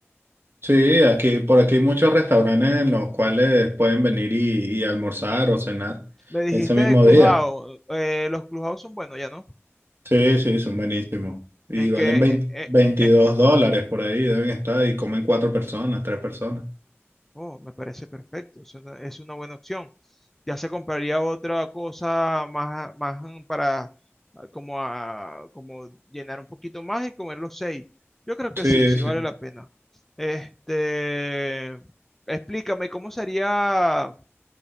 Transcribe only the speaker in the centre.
Me dijiste
de Clubhouse.
eh, los Clubhouse son buenos ya, ¿no?
¿En
qué,
eh, eh,
eh,
Oh, me parece perfecto, es una, es una buena opción. Ya se compraría otra cosa más, más mm, para ah, como, a- como llenar un poquito más y comer los seis. Yo creo que
sí, sí
vale la pena. Este, explícame cómo sería